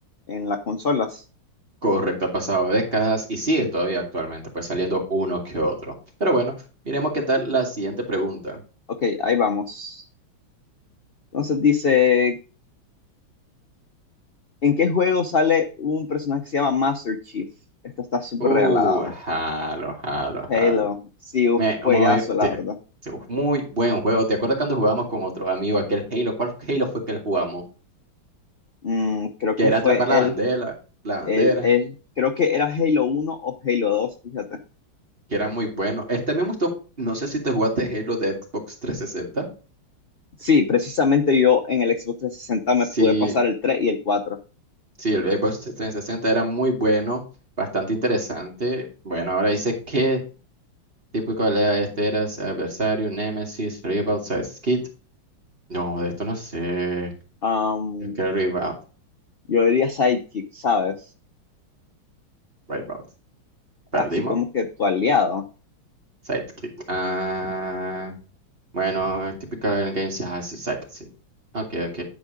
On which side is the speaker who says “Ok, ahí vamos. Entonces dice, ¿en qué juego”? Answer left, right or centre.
Left